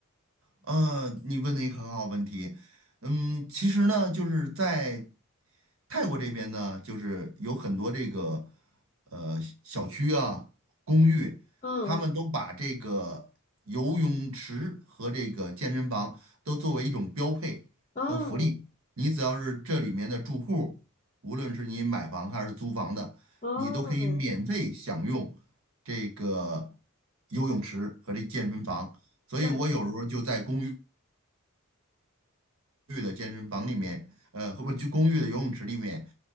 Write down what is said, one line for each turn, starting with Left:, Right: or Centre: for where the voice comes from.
Right: 呃，你问的一个很好问题。嗯，其实呢，就是在泰国这边呢，就是有很多这个呃小区啊、公寓，
Left: 嗯，
Right: 他们都把这个游泳池和这个健身房都作为一种标配和福利。
Left: 哦
Right: 你只要是这里面的住户，无论是你买房还是租房的，
Left: 哦，
Right: 你都可以免费享用这个游泳池和这健身房。所以我有时候就在公
Left: 那。
Right: 寓的健身房里面，呃，或者就公寓的游泳池里面